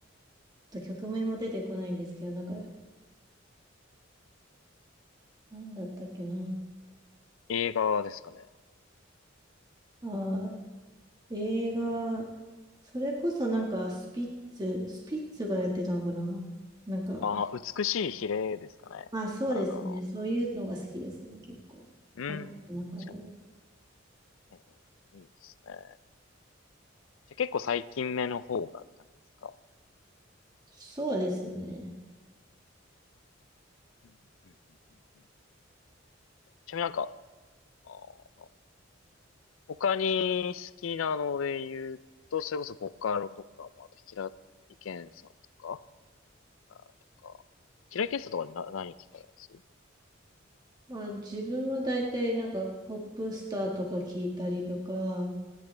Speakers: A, on the right; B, on the left.
A: あと曲名も出てこないんですけど、なんか、なんだったっけな。
B: 映画ですかね。
A: あー、映画、それこそなんか、スピッツ、スピッツがやってたのかな。なんか、
B: ああ、美しい比例ですかね。
A: あ、そうですね。
B: あの、
A: そういうのが好きですね、結構。
B: うん。
A: このなんかでも。
B: 確かに。えーいいですね。じゃあ結構最近目の方がって感じですか。
A: そうですね。
B: うんうんうんうんうんちなみになんか、あー他に好きなので言うと、それこそボカロとかも、あと平井堅さんとか、あーとか、平井堅さんとかな何聞かれます
A: まあ、自分は大体なんか、ポップスターとか聞いたりとか、